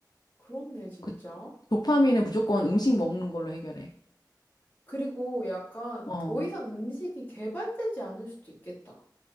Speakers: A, on the left; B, on the left.
A: 그렇네, 진짜.
B: 그 도파민은 무조건 음식 먹는 걸로 해결해.
A: 그리고 약간
B: 어,
A: 더 이상 음식이 개발되지 않을 수도 있겠다.